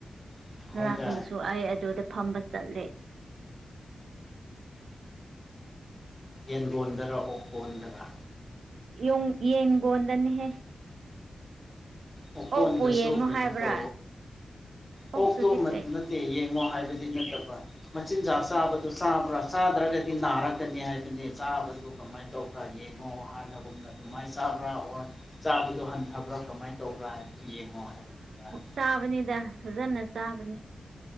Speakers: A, on the left (about 15°); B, on the right (about 75°).
A: ꯑꯩꯈꯣꯏꯗ
B: ꯉꯔꯥꯡꯗꯨꯁꯨ ꯑꯩ ꯑꯗꯨꯗ ꯐꯝꯕ ꯆꯠꯂꯦ꯫
A: ꯌꯦꯟ ꯒꯣꯟꯗꯔ ꯑꯣꯀꯣꯟꯗꯔꯥ
B: ꯌꯨꯟ ꯌꯦꯟꯒꯣꯗꯅꯤ ꯍꯦ꯫
A: ꯑꯣ ꯀꯣꯟꯗꯁꯨ
B: ꯑꯣꯛꯄꯨ ꯌꯦꯡꯉꯣ
A: ꯀꯩꯅꯣ
B: ꯍꯥꯏꯕ꯭ꯔꯥ
A: ꯇꯣ
B: ꯑꯣꯛꯇꯨꯗꯤ
A: ꯑꯣꯛꯇꯣ
B: ꯀꯩ
A: <unintelligible> <unintelligible> ꯌꯦꯡꯉꯣ ꯍꯥꯏꯕꯗꯤ ꯅꯠꯇꯕ ꯃꯆꯤꯟꯖꯥꯛ ꯆꯥꯕꯗꯨ ꯆꯥꯕ꯭ꯔꯥ ꯆꯥꯗ꯭ꯔꯒꯗꯤ ꯅꯥꯔꯛꯀꯅꯤ ꯍꯥꯏꯕꯅꯦ ꯆꯥꯕꯗꯨ꯫ ꯀꯃꯥꯏꯅ ꯇꯧꯕ꯭ꯔꯥ ꯌꯦꯡꯉꯣ ꯍꯥꯟꯅꯒꯨꯝꯅ ꯑꯗꯨꯃꯥꯏꯅ ꯆꯥꯕ꯭ꯔꯥ ꯑꯣꯔ ꯆꯥꯕꯗ ꯍꯟꯊꯕ꯭ꯔꯥ ꯀꯃꯥꯏꯅ ꯇꯧꯕ꯭ꯔ ꯍꯥꯏ ꯑꯗꯨ ꯌꯦꯡꯉꯣ꯫ ꯍꯥꯏꯕꯅꯤꯗ
B: ꯆꯕꯅꯤꯗ ꯐꯖꯅ ꯆꯥꯕꯅꯤ